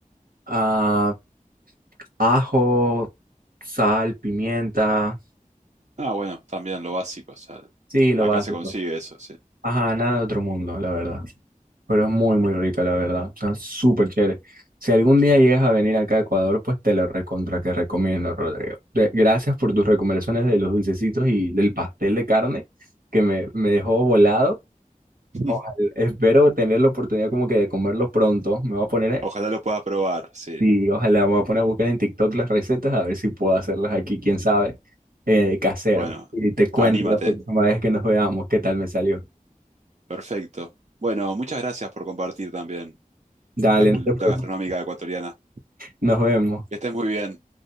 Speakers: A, on the right (about 90°); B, on the right (about 55°).
A: Ah, ajo, sal, pimienta,
B: Ah, bueno, también lo básico, o sea,
A: sí, lo
B: acá
A: básico.
B: se consigue eso, sí.
A: Ajá, nada de otro mundo, la verdad. Pero es muy, muy rica, la verdad. O sea, súper chévere. Si algún día llegas a venir acá a Ecuador, pues te lo recontra que recomiendo, Rodrigo. De- gracias por tus recomendaciones de los dulcecitos y del pastel de carne, que me, me dejó volado.
B: <laughs>
A: Ojalá, espero tener la oportunidad como que de comerlos pronto. Me voy a poner,
B: Ojalá lo puedas probar, sí.
A: sí, ojalá me voy a poner a buscar en TikTok las recetas a ver si puedo hacerlas aquí, quién sabe, eh, casero.
B: Bueno,
A: Y te cuento
B: anímate.
A: la próxima vez que nos veamos qué tal me salió.
B: Perfecto. Bueno, muchas gracias por compartir también
A: Dale,
B: la cultura
A: no te preocupes.
B: gastronómica ecuatoriana.
A: Nos vemos.
B: Que estés muy bien.